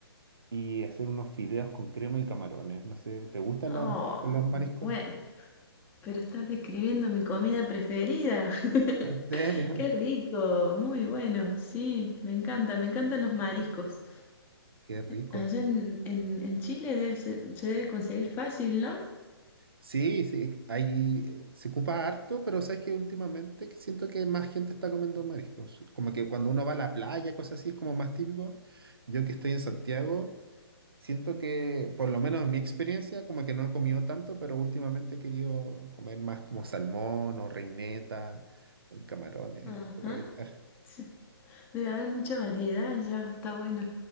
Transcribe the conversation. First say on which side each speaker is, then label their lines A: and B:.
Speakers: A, on the right; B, on the left.
A: y hacer unos fideos con crema y camarones. No sé, ¿te gustan
B: Oh,
A: los, los mariscos?
B: bueno, pero estás describiendo mi comida preferida. <laughs>
A: ¿En serio?
B: Qué rico, muy bueno, sí, me encanta, me encantan los mariscos.
A: Qué rico.
B: Allá en, en, en Chile debe se, se debe conseguir fácil, ¿no?
A: Sí, sí, ahí eh, se ocupa harto, pero sabes que últimamente que siento que más gente está comiendo mariscos. Como que cuando uno va a la playa, cosas así, es como más típico. Yo que estoy en Santiago, siento que, por lo menos en mi experiencia, como que no he comido tanto, pero últimamente he querido comer más como salmón o reineta, o camarones,
B: Ajá.
A: aprovechar.
B: sí. Debe haber mucha variedad, ya, está bueno.